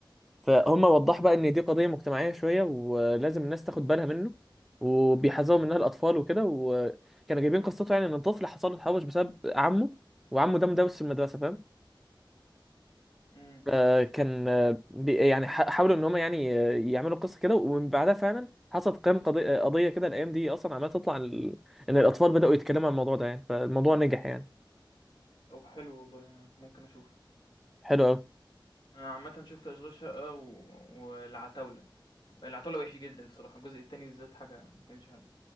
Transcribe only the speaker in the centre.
فهم وضح بقى ان دي قضيه مجتمعيه شويه ولازم الناس تاخد بالها منه وبيحذروا منها الاطفال وكده وكانوا جايبين قصته يعني ان الطفل حصل له تحرش بسبب عمه وعمه ده مدرس في المدرسه فاهم
آه، كان آه، بي- يعني ح- حاولوا ان هم يعني آه، يعملوا قصه كده ومن بعدها فعلا حصلت قيام قضيه قضية كده الايام دي اصلا عماله تطلع عن ال- ان الاطفال بداوا يتكلموا عن الموضوع ده يعني فالموضوع نجح يعني
حلو قوي